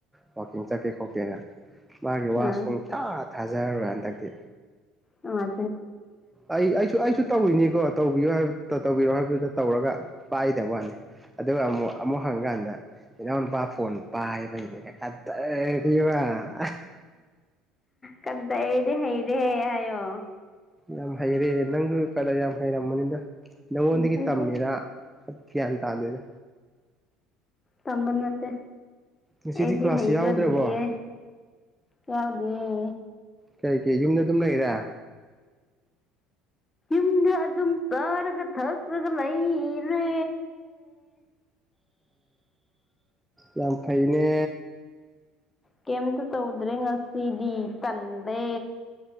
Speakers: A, in the centre; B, on the left (about 20°).
A: ꯋꯥꯋꯥꯛꯀꯤꯡ ꯆꯠꯀꯦ ꯈꯣꯠꯀꯦꯅ ꯃꯥꯒꯤ
B: ꯑꯥ
A: ꯋꯥ ꯁꯨꯡ ꯊꯥ ꯊꯥꯖꯔꯔꯣꯏ ꯍꯟꯗꯛꯇꯤ
B: ꯑꯖ
A: ꯑꯩ ꯑꯩꯁꯨ ꯑꯩꯁꯨ ꯇꯧꯋꯅꯤꯀꯣ ꯇꯧꯕꯤꯌꯨ ꯍꯥꯏꯕ ꯇꯧꯕꯤꯔꯣ ꯍꯥꯏꯕꯗꯨꯗ ꯇꯧꯔꯒ ꯄꯥꯏꯗꯕ ꯋꯥꯅꯤ ꯑꯗꯨꯒ ꯑꯃꯨꯛ ꯑꯃꯨꯛ ꯍꯪꯉꯀꯥꯟꯗ ꯏꯩꯅꯎꯅ ꯄ ꯐꯣꯟ ꯄꯕꯩꯅꯦ ꯀꯗꯗꯤ ꯋꯥ <inaudible>
B: ꯀꯟꯗꯩ ꯑꯩꯗꯤ ꯍꯩꯗꯤ ꯍꯩ ꯍꯥꯏꯌꯣ
A: ꯌꯥꯝ ꯍꯩꯔꯦ ꯅꯪꯁꯨ ꯀ ꯌꯥꯝ ꯍꯩꯔꯝꯃꯣꯅꯤꯅ ꯅꯉꯣꯟꯗꯒꯤ
B: ꯎꯝ ꯑꯩꯗꯤ
A: ꯇꯝꯃꯤꯔꯥ ꯑ ꯀꯌꯥꯟ ꯇꯗꯦꯗ
B: ꯇꯝꯕꯅꯠꯇꯦ
A: ꯉꯁꯤꯗꯤ
B: ꯑꯩꯗꯤ
A: ꯀ꯭ꯂꯥꯁ
B: ꯍꯩꯖꯗꯦꯌꯦꯦ
A: ꯌꯥꯎꯗ꯭ꯔꯕꯣ
B: ꯌꯥꯎꯗꯦꯦ
A: ꯀꯩꯀꯩ ꯌꯨꯝꯗ ꯑꯗꯨꯝ ꯂꯩꯔꯦ
B: ꯌꯗ ꯑꯗꯨꯝ ꯆꯥꯔꯒ ꯊꯛꯒ ꯂꯩꯔꯦ
A: ꯌꯥꯝ ꯐꯩꯅꯦ
B: ꯀꯩꯝꯇ ꯇꯧꯗ꯭ꯔꯦ ꯉꯁꯤꯗꯤ ꯇꯟꯗꯦ